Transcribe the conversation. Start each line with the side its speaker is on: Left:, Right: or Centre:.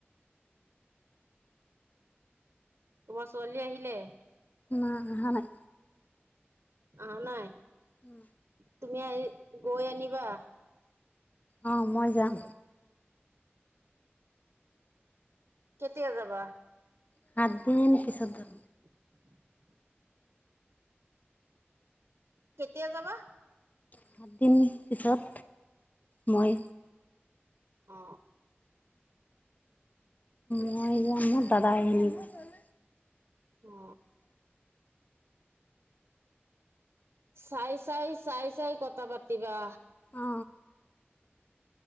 Right: তোমাৰ ছোৱালী আহিলে
Left: মা অহা নাই
Right: আহা নাই
Left: উম
Right: তুমি আহি গৈ আনিবা
Left: অহ মই যাম
Right: কেতিয়া যাবা
Left: সাতদিন পিছত যাম
Right: <inaudible> কেতিয়া যাবা
Left: সাতদিন পিছত মই
Right: অ
Left: মই যাম মোৰ দাদাই <unintelligible>
Right: অ। চাই চাই চাই চাই কথা পাতিবা।
Left: অ।